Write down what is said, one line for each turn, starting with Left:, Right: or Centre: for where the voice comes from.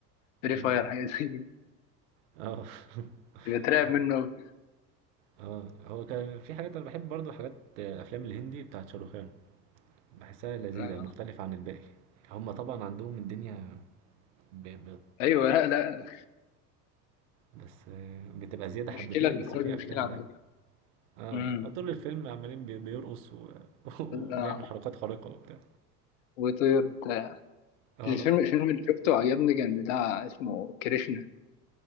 Left: فري
Right: اه
Left: فاير حاجة زي كده
Right: <laughs>
Left: كنت بترعب
Right: اه
Left: منه أوي.
Right: اه هو كان في حاجات انا بحب برضه حاجات آه، افلام الهندي بتاعت شاروخان بحسها لذيذة
Left: آه.
Right: مختلفة عن الباقي هما طبعا عندهم الدنيا ب... ب...
Left: أيوه لا لا
Right: بس آه، بتبقى زيادة حبتين
Left: مشكلة الإخراج
Right: بس في
Left: مشكلة
Right: افلام
Left: عندك
Right: لا اه
Left: امم
Right: طول الفيلم عمالين بي- بيرقص و... <laughs> وبيعمل
Left: آه.
Right: حركات خارقة وبتاع
Left: وطير بتاع.
Right: اه
Left: الفيلم الفيلم اللي شفته عجبني كان بتاع اسمه كريشنا